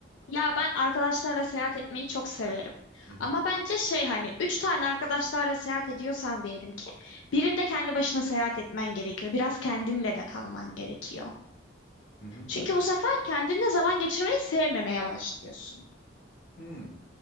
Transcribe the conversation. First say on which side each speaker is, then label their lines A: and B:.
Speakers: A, on the left (about 75°); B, on the left (about 50°).
A: Ya ben arkadaşlarla seyahat etmeyi çok severim.
B: Hı hı.
A: Ama bence şey hani üç tane arkadaşlarla seyahat ediyorsan diyelim ki birinde kendi başına seyahat etmen gerekiyor. Biraz kendinle de kalman gerekiyor.
B: Hı hı.
A: Çünkü bu sefer kendinle zaman geçirmeyi sevmemeye başlıyorsun.
B: Hmm.